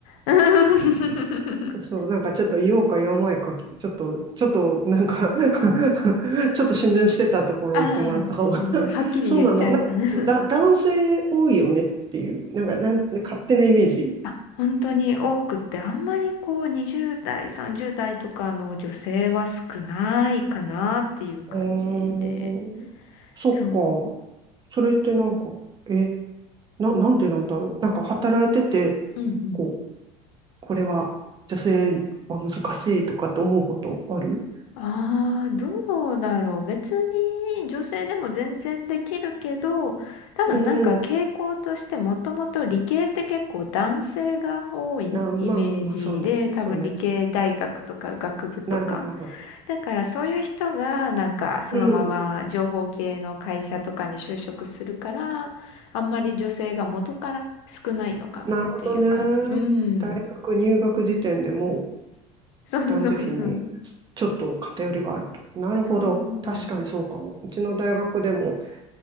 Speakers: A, on the left (about 85°); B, on the right (about 30°).
A: <laughs>
B: そう、なんかちょっと言おうか言わないか、ちょっと、ちょっとなんか <laughs> ちょっと逡巡してたところを言ってもらったかも。
A: ああ、
B: <laughs>
A: でもね、はっきり言っちゃった。
B: そうなの。なんかだ、
A: <laughs> うん
B: 男性多いよねっていう、なんか、なん、勝手なイメージ。
A: あ、本当に多くって、あんまりこう20代、30代とかの女性は少ないかなっていう感じで。
B: うーん。そっ
A: そう。
B: か。それってなんか、え、な、なんでなんだろう。なんか働いてて、
A: うんうん
B: こう、これは女性は難しいとかって思うことある
A: ああ、どうだろう。別に女性でも全然できるけど、多分なんか傾向としてもともと理系って結構男性が多いイメージで、
B: うんうん。あ、まあまあまあ、そうね。
A: 多分理系大学とか学部とか。
B: そうね。なるほど、なるほど。
A: だからそういう人がなんかそのまま情報系の会社とかに就職するから、
B: うん。
A: あんまり女性が元から少ないのかなっていう感じ。
B: なるほどね。
A: うん。
B: 大学入学時点でもう
A: そうそうそう。
B: 男女比にちょっと偏りがあると。なるほど。
A: そ
B: 確かにそうかも。
A: う。
B: うちの大学でも、